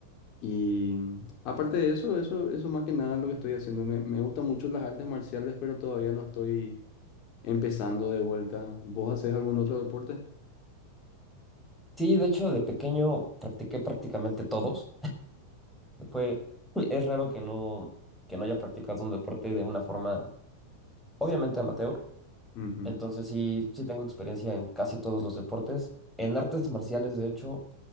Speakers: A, on the left; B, in the centre.
A: Y aparte de eso, eso, eso más que nada es lo que estoy haciendo. Me, me gustan mucho las artes marciales, pero todavía no estoy empezando de vuelta. ¿Vos hacés algún otro deporte?
B: Sí, de hecho, de pequeño practiqué prácticamente todos. Fue, es raro que no, que no haya practicado un deporte de una forma obviamente amateur.
A: Ujú.
B: Entonces sí, sí tengo experiencia en casi todos los deportes. En artes marciales, de hecho,